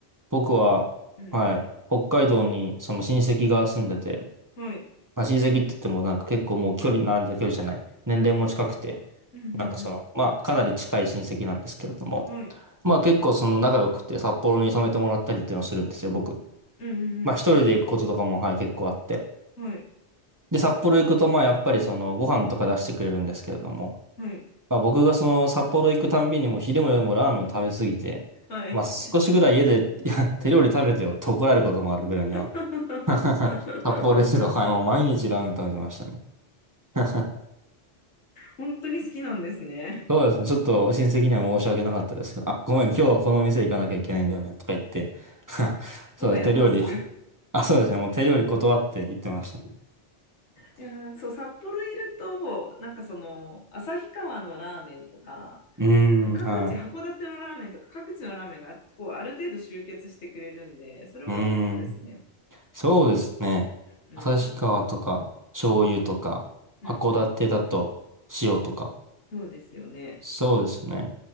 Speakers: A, on the right; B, on the left.
A: 僕は、
B: えうん。
A: はい、北海道にその親戚が住んでて、
B: はい。
A: まあ、親戚って言ってもなんか結構もう距離なんだ距離じゃない。年齢も近くて、
B: うんうん
A: なんかその、まあかなり近い親戚なんですけれども、
B: うん。はい。
A: まあ結構その仲良くて札幌に泊めてもらったりっていうのをするんですよ、僕。
B: うんうんうん。
A: まあ一人で行くこととかも、
B: いいですね。
A: はい、結構あって。
B: はい。
A: で、札幌行くと、まあやっぱりそのご飯とか出してくれるんですけれども、
B: はい。
A: まあ僕がその札幌行くたんびにもう昼も夜もラーメンを食べ過ぎて、
B: はい。
A: まあ少しぐらい家で、いや、手料理食べてよって怒られることもあるぐらいには。
B: <laughs>
A: <laughs> 札幌ですけど、はい、もう毎日ラーメン食べてましたね。<laughs>
B: 本当に好きなんですね。
A: そうですね。ちょっと親戚には申し訳なかったですけど、あ、ごめん、今日はこの店行かなきゃいけないんだよね、とか言って。<laughs> そうです、
B: もはやタスク。
A: 手料理。
B: い
A: あ、そうですね。もう手料理断って言ってましたね。
B: やー、
A: <laughs>
B: そう、札幌いると、なんかその、旭川のラーメンとか、
A: うー
B: その各地、
A: ん、はい。
B: 函館のラーメンとか、各地のラーメンが、こう、ある程度集結してくれるんで、それも良かったですね。
A: うーん。そうですね。
B: うんう
A: 旭川とか、醤油とか、函館だと、
B: ん。うんうん。
A: 塩とか。
B: そうですよね。
A: そうですね。